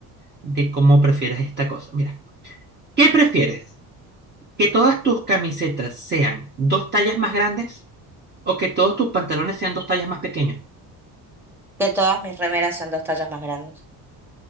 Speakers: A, on the right; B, in the centre.
A: de cómo prefieras esta cosa. Mira, ¿qué prefieres? ¿Que todas tus camisetas sean dos tallas más grandes o que todos tus pantalones sean dos tallas más pequeños?
B: Que todas mis remeras sean dos tallas más grandes.